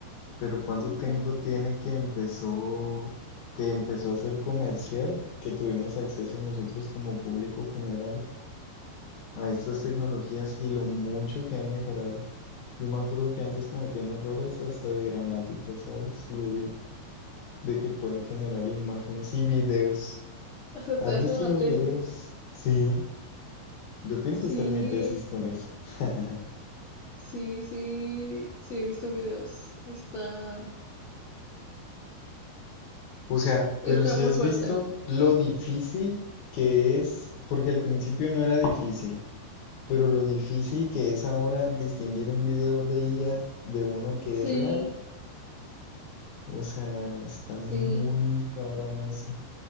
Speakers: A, on the left (about 65°); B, on the left (about 50°).
A: Pero ¿cuánto
B: Ujú.
A: tiempo tiene que empezó que empezó a ser comercial, que tuvimos acceso nosotros como público general a estas tecnologías y lo mucho que han mejorado? Yo me acuerdo que antes cometían errores hasta de gramática, ¿sabes? Y hoy de que pueden generar imágenes y videos.
B: O sea,
A: ¿Has
B: te hacen
A: visto
B: la
A: los
B: tesis.
A: videos? Sí, yo pienso
B: Sí,
A: hacer mi tesis con eso. <laughs>
B: sí, sí, sí he visto videos. Está,
A: O sea,
B: está
A: pero si
B: muy
A: has
B: fuerte.
A: visto lo difícil que es, porque al principio no era difícil. Pero lo difícil que es ahora distinguir un video de IA de uno que
B: Sí,
A: es real, o sea, está
B: sí,
A: muy cabrón eso.